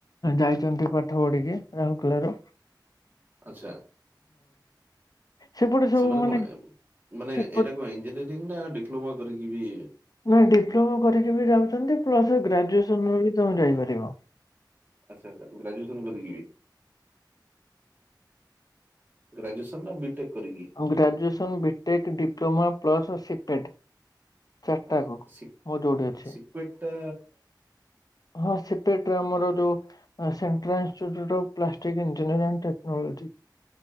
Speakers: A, on the left; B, on the right.
A: ଯାଇଛନ୍ତି ପାଠ ପଢ଼ିକିଇ ରାହୁଲ୍ କେଲାରେ।
B: ଆଚ୍ଛା।
A: ସେପଟେ ସବୁ
B: ସେମାନେ
A: ମାନେ
B: କଣ ମାନେ
A: ସେପଟ
B: ଏଇଟାକୁ ଇଞ୍ଜିନିୟରିଂ ନା ଡିପ୍ଲୋମା କରିକି ବି
A: ନାଇ ଡିପ୍ଲୋମା କରିକି ବି ଯାଉଚନ୍ତି। ପ୍ଲସ୍ ଗ୍ରାଜୁଏସନ ର ବି ତୋମେ ଯାଇପାରିବ।
B: ଆଚ୍ଛା ଆଚ୍ଛି ଗ୍ରାଜୁଏସନ କରିକି ବି? ଗ୍ରାଜୁଏସନ୍ ନା ବିଟେକ୍? କରିକି
A: ଅଁ, ଗ୍ରାଜୁଏସନ୍, ବିଟେକ୍, ଡିପ୍ଲୋମା ପ୍ଲସ୍ ସିଟେଡ୍। ଚାରଟା
B: ଆଚ୍ଛା
A: କୁ ମୋ
B: ସି
A: ଯୋଉଟି ଅଛି।
B: ସିପେଟ ଟା
A: ହଁ ସିଟେଟ୍ ରେ ଆମର ଯୋଉ ଅ, ସେଣ୍ଟ୍ରାଲ୍ ସେ ଯୋଉଟା ପ୍ଲାଷ୍ଟିକ୍ ଇଞ୍ଜିନିୟର ଜାଣିଚ ଟେକ୍ନୋଲୋଜି?